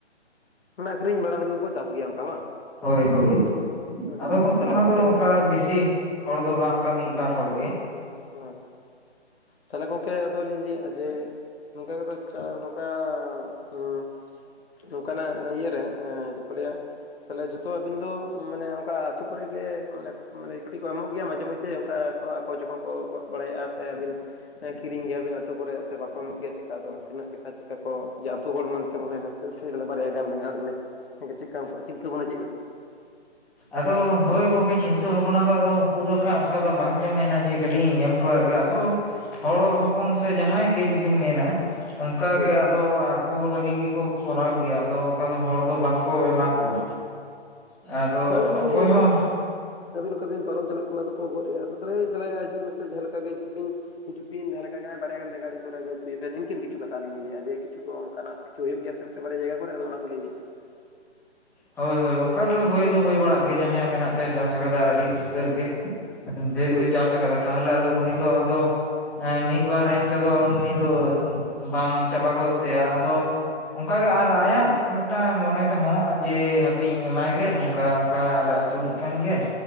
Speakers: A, on the left; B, in the centre.
A: ᱢᱟᱱᱮ ᱟᱠᱷᱨᱤᱧ ᱵᱟᱲᱟ ᱞᱟᱹᱜᱤᱫ ᱦᱚᱸᱠᱚ ᱪᱟᱥ ᱜᱮᱭᱟ ᱚᱝᱠᱟ ᱵᱟᱝ?
B: ᱦᱳᱭ
A: ᱦᱮᱸ
B: ᱦᱳᱭ,
A: ᱦᱮᱸ
B: ᱟᱫᱚ ᱜᱚᱢᱠᱮ
A: ᱛᱟᱦᱚᱞᱮ
B: ᱚᱱᱟ
A: ᱜᱚᱝᱠᱮ
B: ᱫᱚ ᱚᱝᱠᱟ ᱵᱤᱥᱤ ᱦᱚᱲ ᱫᱚ ᱵᱟᱝ, ᱚᱝᱠᱟ ᱢᱤᱫ-ᱵᱟᱨ ᱦᱚᱲ ᱜᱮ᱾
A: ᱦᱩᱸ ᱟᱨ ᱛᱟᱦᱞᱮ ᱜᱚᱝᱠᱮ ᱟᱫᱚᱞᱤᱧ ᱞᱟᱹᱭᱮᱜ-ᱟ ᱡᱮ, ᱱᱚᱝᱠᱟ ᱜᱮᱛᱚ ᱪᱟ ᱱᱚᱝᱠᱟ ᱩᱸ ᱱᱚᱝᱠᱟᱱᱟᱜ ᱤᱭᱟᱹ ᱨᱮ ᱮᱸ ᱪᱮᱫ ᱠᱚ ᱞᱟᱹᱭᱟ ᱛᱟᱦᱞᱮ ᱡᱷᱚᱛᱚ ᱟᱵᱤᱱ ᱫᱚ ᱢᱟᱱᱮ ᱚᱝᱠᱟ ᱟᱹᱛᱩ ᱠᱚᱨᱮ ᱜᱮ ᱢᱟᱱᱮ ᱠᱟᱹᱴᱤᱡ ᱠᱚ ᱮᱢᱚᱜ ᱜᱮᱭᱟ ᱢᱟᱡᱷᱮ ᱢᱚᱫᱽᱫᱷᱮ ᱚᱝᱠᱟ ᱠᱚ, ᱚᱠᱚᱭ ᱪᱚᱠᱚ ᱠᱚ ᱜᱚᱫ ᱵᱟᱲᱟᱭᱮᱜᱼᱟ ᱥᱮ ᱟᱹᱵᱤᱱ ᱠᱤᱨᱤᱧ ᱜᱮᱭᱟᱵᱤᱱ ᱟᱹᱛᱩ ᱠᱚᱨᱮᱜ ᱥᱮ ᱵᱟᱠᱚ ᱮᱢᱚᱜ ᱜᱮᱭᱟ ᱪᱮᱫᱠᱟ ᱫᱚ? ᱛᱤᱱᱟᱹᱜ ᱡᱮᱠᱷᱟ ᱪᱮᱜ-ᱠᱟ ᱠᱚ ᱡᱮ ᱟᱹᱛᱩ ᱦᱚᱲ ᱢᱮᱱᱛᱮ ᱢᱚᱱᱮ ᱦᱩᱭᱩᱜ <unintelligible> ᱵᱟᱨᱭᱟ ᱜᱟᱱ ᱵᱮᱸᱜᱟᱲ ᱞᱤᱧ ᱪᱮᱜ-ᱠᱟ ᱩᱜᱠᱩᱣᱟᱜ ᱪᱤᱱᱛᱟᱹ ᱵᱷᱟᱵᱽᱱᱟ ᱪᱮᱫ ᱞᱮᱠᱟ?
B: ᱟᱫᱚ ᱦᱳᱭ ᱜᱚᱝᱠᱮ ᱪᱤᱱᱛᱟᱹ ᱵᱷᱟᱵᱱᱟ ᱫᱚ ᱟᱫᱚ ᱩᱱᱴᱝᱠᱩ ᱫᱚ ᱠᱷᱟᱜ ᱚᱝᱠᱟ ᱫᱚ ᱵᱟᱝᱠᱚ ᱢᱮᱱᱟ ᱡᱮ ᱠᱟᱹᱴᱤᱡ ᱤᱧ ᱮᱢ ᱦᱚᱴᱚᱣᱟᱭ ᱜᱮ, ᱟᱵᱚ ᱦᱚᱲ
A: ᱦᱩᱸ
B: ᱦᱚᱯᱚᱱ ᱥᱮ ᱡᱟᱦᱟᱸᱭ ᱜᱮ ᱡᱩᱫᱤᱢ ᱢᱮᱱᱟ
A: ᱦᱩᱸ
B: ᱚᱜᱠᱟᱜᱮ
A: ᱦᱩᱸ
B: ᱟᱫᱚ ᱟᱠᱚ ᱞᱟᱹᱜᱤᱫ ᱜᱮᱠᱚ ᱠᱚᱨᱟᱣ ᱜᱮᱭᱟ ᱟᱫᱚ ᱚᱝᱠᱟ ᱫᱚ ᱦᱚᱲ ᱫᱚ ᱵᱟᱝᱠᱚ ᱮᱢᱟ ᱠᱚᱣᱟ᱾ ᱟᱫᱚ
A: <unintelligible> ᱟᱹᱵᱤᱱ ᱟᱵᱤᱱ
B: ᱚᱠᱚᱭ ᱦᱚᱸ
A: ᱠᱟᱛᱮᱵᱤᱱ ᱯᱟᱨᱚᱢ ᱪᱟᱞᱟᱜ ᱟᱵᱤᱱ ᱟᱵᱤᱱ <unintelligible> ᱟᱹᱵᱤᱱ ᱚᱝᱠᱟ ᱛᱮᱵᱮᱱ ᱯᱟᱨᱚᱢ ᱪᱟᱞᱟᱜ ᱠᱟᱱᱟ, ᱟᱫᱚ ᱠᱚ ᱜᱚᱫᱮᱫ-ᱟ ᱟᱫᱚ ᱛᱟᱦᱞᱮ ᱫᱮᱞᱟᱭᱟ ᱦᱤᱡᱩᱜ ᱢᱮᱥᱮ ᱡᱟᱦᱟᱸ ᱞᱮᱠᱟ ᱜᱮ ᱦᱤᱡᱩᱜ ᱵᱤᱱ᱾ ᱦᱤᱡᱩᱜ ᱵᱤᱱ ᱡᱟᱦᱟᱸ ᱞᱮᱠᱟ ᱦᱟᱸᱜ-ᱟᱭ ᱵᱟᱨᱭᱟ ᱜᱟᱱ ᱵᱮᱸᱜᱟᱲ ᱵᱟᱨᱭᱟ ᱩᱛᱩ ᱠᱮᱠᱟ, ᱱᱤᱭᱟᱹ ᱠᱤᱱ ᱠᱤᱪᱷᱩ ᱠᱟᱛᱷᱟ ᱟᱞᱤᱧ ᱞᱤᱧ ᱞᱟᱹᱭᱮᱫ-ᱟ ᱡᱮ ᱠᱤᱪᱷᱩ ᱠᱚ ᱚᱝᱠᱟᱱᱟᱜ ᱠᱤᱪᱷᱩ ᱦᱩᱭᱩᱜ ᱜᱮᱭᱟ ᱥᱮ ᱢᱤᱫᱴᱮᱱ ᱵᱟᱨᱭᱟ ᱡᱟᱭᱜᱟ ᱠᱚᱨᱮ, ᱟᱫᱚ ᱚᱱᱟ ᱠᱚᱞᱤᱧ ᱞᱟᱹᱭᱮᱜ-ᱟ᱾
B: ᱦᱳᱭ ᱦᱳᱭ ᱚᱝᱠᱟ ᱫᱚ ᱦᱩᱭ ᱫᱚ ᱦᱩᱭ ᱵᱟᱲᱟᱜ ᱜᱮᱭᱟ, ᱡᱟᱦᱟᱸᱭᱟᱜ ᱢᱮᱱᱟᱜ ᱛᱟᱭ ᱪᱟᱥ ᱠᱟᱫᱟ ᱟᱹᱰᱤ ᱩᱥᱛᱟᱹᱨ ᱜᱮ᱾ ᱰᱷᱮᱹᱨ
A: ᱦᱩᱸ
B: ᱜᱮ ᱪᱟᱥ ᱟᱠᱟᱫᱟᱭ ᱛᱟᱦᱞᱮ ᱟᱫᱚ ᱩᱱᱤ ᱫᱚ ᱟᱫᱚ ᱮᱸ, ᱢᱤᱫ ᱵᱟᱨ ᱮᱢ ᱛᱮᱫᱚ ᱩᱱᱤ ᱫᱚ ᱵᱟᱝ ᱪᱟᱵᱟ ᱜᱚᱫᱚᱜ ᱛᱟᱭᱟ᱾ ᱟᱫᱚ ᱚᱝᱠᱟᱟᱜᱮ ᱟᱨ ᱟᱭᱟᱜ ᱢᱤᱫᱴᱟᱝ ᱢᱚᱱᱮ ᱛᱮᱦᱚᱸ ᱡᱮ ᱦᱟᱯᱮᱧ ᱮᱢᱟᱭ
A: ᱦᱩᱸ
B: ᱜᱮ ᱱᱚᱝᱠᱟ ᱠᱟ ᱟᱞᱮ ᱟᱛᱳ ᱨᱮᱱᱤᱡ ᱠᱟᱱᱜᱮᱭᱟᱭ